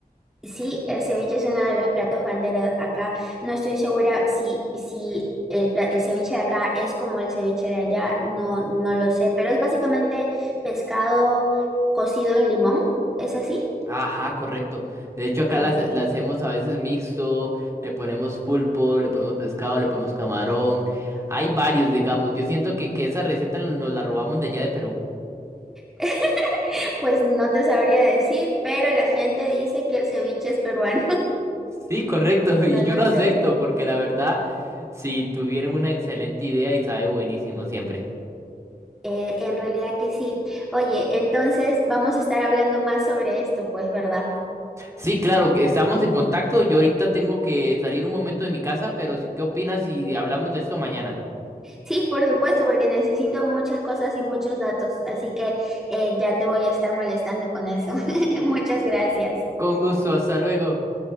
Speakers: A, in the centre; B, on the right.
A: Sí, el ceviche es uno de los platos bandera acá. No estoy segura si, si el, pla- el ceviche de acá es como el ceviche de allá, no, no lo sé, pero es básicamente pescado cocido en limón, ¿es así?
B: Ajá, correcto. De hecho, acá
A: Ok.
B: las, las hacemos a veces mixto, le ponemos pulpo, le ponemos pescado, le ponemos camarón. Hay varios, digamos. Yo siento que, que esa receta nos, nos la robamos de allá de Perú.
A: <laughs> Pues no te sabría decir, pero la gente dice que el ceviche es peruano.
B: Sí, correcto.
A: No
B: <laughs> Y yo
A: lo
B: lo acepto
A: sé.
B: porque la verdad, sí, tuvieron una excelente idea y sabe buenísimo siempre.
A: Eh, en realidad que sí. Oye, entonces vamos a estar hablando más sobre esto, pues, ¿verdad?
B: Sí, claro, que estamos en contacto. Yo ahorita tengo que salir un momento de mi casa, pero sí, ¿qué opinas si hablamos de esto mañana?
A: Sí, por supuesto, porque necesito muchas cosas y muchos datos, así que eh, ya te voy a estar molestando con eso. <laughs> Muchas gracias.
B: Con gusto, hasta luego.